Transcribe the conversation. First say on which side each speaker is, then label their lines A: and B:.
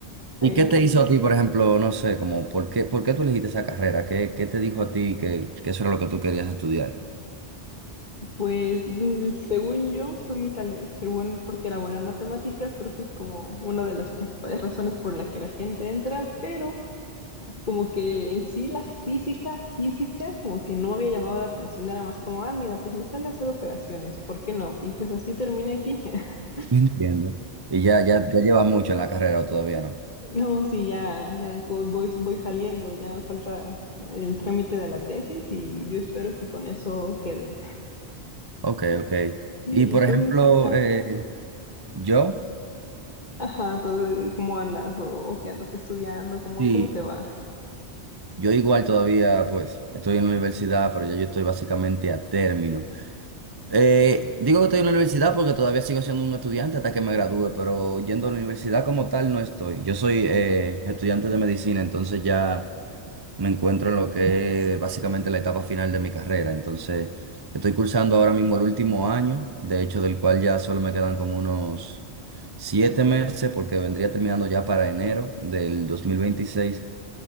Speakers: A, on the left (about 40°); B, on the right (about 25°).
A: Ahí,
B: ¿Y qué te
A: ahí.
B: hizo a ti, por ejemplo, no sé, como por qué, por qué tú elegiste esa carrera? ¿Qué, qué te dijo a ti que, que eso era lo que tú querías estudiar?
A: Pues mm, según yo, fue mi tale- según porque era buena en matemáticas, creo que es como una de las principales razones por la que la gente entra, pero como que en sí la física, física, como que no me había llamado la atención, era más como, ah, mira, pues me sale hacer operaciones, ¿por qué no? Y pues así terminé aquí. <laughs>
B: No Entiendo. Y ya, ya, ya llevas mucho en la carrera o todavía no.
A: No, sí, ya, ya voy, voy voy saliendo, ya nos falta el trámite de la tesis y yo espero que con eso quede.
B: Ok, ok.
A: ¿Y
B: Y por
A: tú?
B: ejemplo,
A: Ah,
B: eh, yo,
A: Ajá, todo, ¿cómo andas? ¿O, o qué andas estudiando? ¿Cómo,
B: sí,
A: cómo te va?
B: yo igual todavía, pues, estoy en la universidad, pero ya yo estoy básicamente a término. Eh, digo que estoy en la universidad porque todavía sigo siendo un estudiante hasta que me gradúe, pero yendo a la universidad como tal no estoy. Yo soy eh, estudiante de medicina, entonces ya me encuentro en lo que es básicamente la etapa final de mi carrera. Entonces, estoy cursando ahora mismo el último año, de hecho, del cual ya solo me quedan como unos siete meses, porque vendría terminando ya para enero del dos mil veintiséis